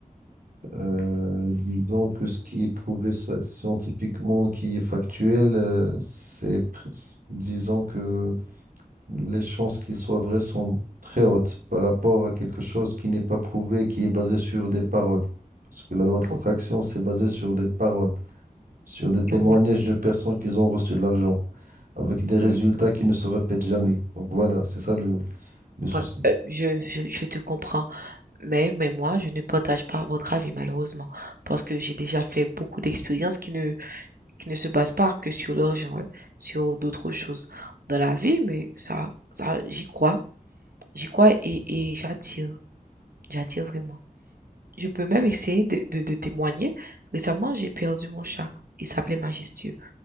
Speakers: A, on the right; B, on the right.
A: Euh, disons que ce qui est prouvé sci- scientifiquement, qui est factuel, euh, c'est, pr- disons que les chances qu'il soit vrai sont très hautes par rapport à quelque chose qui n'est pas prouvé, qui est basé sur des paroles. Parce que la loi de l'attraction,
B: Oh,
A: c'est basé sur des paroles. sur des témoignages
B: non, oui.
A: de personnes qui ont reçu de l'argent, avec des résultats
B: Mhm.
A: qui ne se répètent jamais. Donc voilà, c'est ça le, le souci.
B: Ouais, euh, je, je, je te comprends. Mais, mais moi, je ne partage pas votre avis, malheureusement. Parce que j'ai déjà fait beaucoup d'expériences qui ne, qui ne se basent pas que sur l'argent, hein, sur d'autres choses dans la vie, mais ça, ça, j'y crois. J'y crois et et j'attire, j'attire vraiment. Je peux même essayer de de de témoigner. Récemment, j'ai perdu mon chat. Il s'appelait Majestueux.